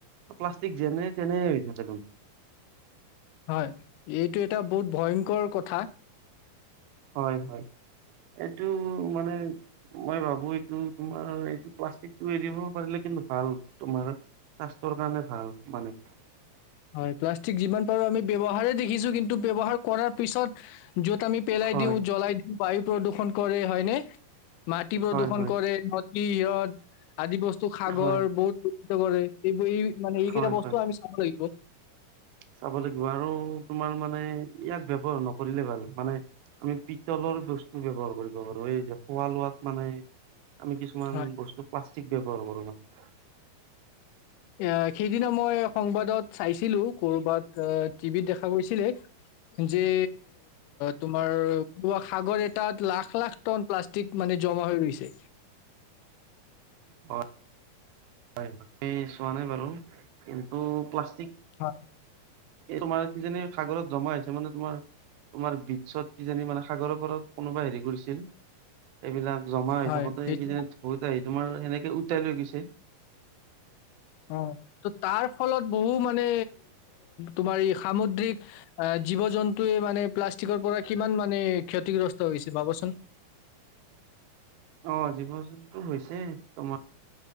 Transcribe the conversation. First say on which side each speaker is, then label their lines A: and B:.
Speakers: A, on the right; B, on the left.
A: প্লাষ্টিক যেনে তেনে হৈ থাকে
B: হয় এইটো এটা বহুত ভয়ংকৰ কথা
A: হয় হয় এইটো মানে মই ভাবো এইটো তোমাৰ এইটো প্লাষ্টিকটো এৰিব পাৰিলে কিন্তু ভাল তোমাৰ স্বাস্থ্যৰ কাৰণে ভাল মানে
B: হয় প্লাষ্টিক যিমান পাৰো আমি ব্যৱহাৰে দেখিছো কিন্তু ব্যৱহাৰ কৰাৰ পিছত য'ত আমি পেলাই
A: হয়
B: দিওঁ জ্বলাই দিওঁ বায়ু প্ৰদূষণ কৰে হয়নে মাটি প্ৰদূষণ
A: হয় হয়
B: কৰে নদী ইয়ত আদি বস্তু সাগৰ
A: হয়
B: বহুত <unintelligible> কৰে এই এই মানে এইকেইটা
A: হয়
B: বস্তুও
A: হয়
B: আমি চাব লাগিব
A: চাব লাগিব আৰু তোমাৰ মানে ইয়াক ব্যৱহাৰ নকৰিলে ভাল মানে আমি পিতলৰ বস্তু ব্যৱহাৰ কৰিব পাৰো এই যে খোৱা লোৱাত মানে আমি কিছুমান
B: হয়।
A: বস্তু প্লাষ্টিক ব্যৱহাৰ কৰোঁ মানে <unintelligible>
B: এ সেইদিনা মই সংবাদত চাইছিলো কৰবাত টিভিত দেখা গৈছিলে যে তোমাৰ সাগৰ এটাত লাখ লাখ টন প্লাষ্ট ি <unintelligible> ক মানে জমা হৈ ৰৈছে
A: হয় হয় চোৱা নাই বাৰু কিন্তু প্লাষ্টিক
B: হয়
A: এই তোমাৰ কিজানি সাগৰত জমা হৈছে মানে তোমাৰ তোমাৰ বিচ্ছত কিজানি মানে সাগৰৰ পাৰত কোনোবা হেৰি কৰিছিল এইবিলাক জমা হৈ
B: হয়
A: থাকোতে
B: সেইটো
A: কিজানি ঢৌতে আহি তোমাৰ সেনেকে উটাই লৈ গৈছে
B: অ ত তাৰ ফলত বহু মানে তোমাৰ এই সামুদ্ৰিক আহ জীৱ জন্তুৱে মানে প্লাষ্টিকৰ পৰা কিমান মানে ক্ষতিগ্ৰস্ত হৈছে ভাবাচোন
A: আহ জীৱ জন্তুৰ হৈছে তোমাৰ